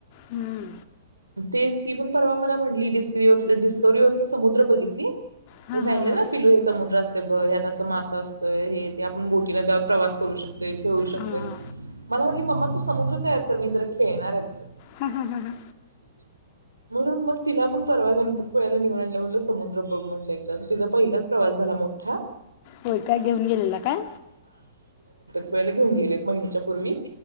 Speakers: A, on the left; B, on the right.
A: हुं
B: ते ती पण परवा मला म्हटली डिस्कवरीवर डिस्कवरीवरच समुद्र बघितली.
A: हां
B: मी सांगितल
A: हां हां
B: ना पिलू समुद्र अस <unintelligible> असतंय हे ते आपण बोटीन जावून प्रवास करू शकतोय खेळू शकतोय
A: हां हां
B: मला म्हणली मम्मा तु समुद्र तयार कर मी जरा खेळणार आहे त्याच्यात
A: हा हा हा हा
B: म्हणून मग तिला पण परवा गणपतीपुळ्याला नेवून आणलं म्हणलं समुद्र बग म्हणल एकदा तिचा पहिलाच प्रवास झाला मोठा
A: होय काय? घेऊन गेलेला काय?
B: पुळ्याला घेऊन गेलेटं एक महिन्याच्या पूर्वी